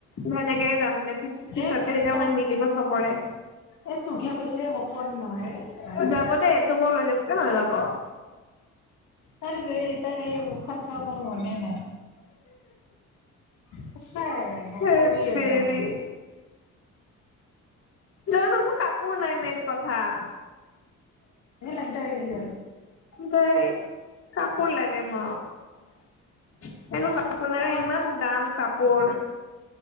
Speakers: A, on the left; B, on the left.
A: সেনেকে যাম দে, পি পিছত
B: এ
A: তেতিয়া
B: ত
A: মই মিলিব চবৰে।
B: এ তুকহে কৈছে, মোক কোৱা নাই নহয়। এন আহ
A: যাব দে তোকো লৈ যাব কিয় নাযাব
B: তাইৰ‌ এ‌ তাইৰ এই মুখখন চাবৰ মোৰ মনে নাই। সঁচায় নক'বি
A: ধেৎ তেৰি
B: একদম।
A: জাননে মোৰ কাপোৰ নাই মেইন কথা।
B: এ লেংটা হৈ গেলি হ'ল।
A: ঢেই কাপোৰ লাগে মোক। এ নোক আপোনাৰো
B: আহ
A: ইমান দাম কাপোৰ।